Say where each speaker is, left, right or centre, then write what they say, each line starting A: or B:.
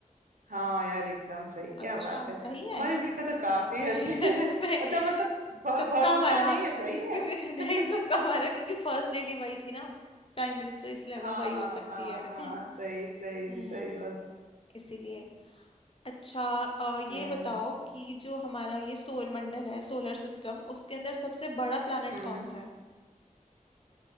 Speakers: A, on the right (about 70°); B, on the left (about 40°).
A: हाँ यार एकदम सही क्या
B: अच्छा
A: बात है
B: सही
A: तुम्हारी
B: है
A: जगह तो काफी
B: नहीं
A: अच्छी
B: <laughs>
A: है
B: नहीं
A: अच्छा मतलब भ-
B: तुक्का
A: भरोसा
B: मारा
A: नहीं
B: क्यों
A: है सही है
B: <laughs> नहीं
A: <laughs>
B: तुक्का मारा क्योंकि फर्स्ट लेडी वही थी ना प्राइम मिनिस्टर इसलिए लगा
A: हाँ
B: वही हो सकती
A: हाँ
B: है
A: हाँ
B: <laughs>
A: सही सही
B: हम्म
A: सही बात
B: इसीलिए अच्छा अ, ये
A: हम्म
B: बताओ कि जो हमारा ये सौरमंडल है सोलर सिस्टम उसके अंदर सबसे बड़ा प्लैनेट
A: हम्म
B: कौन सा है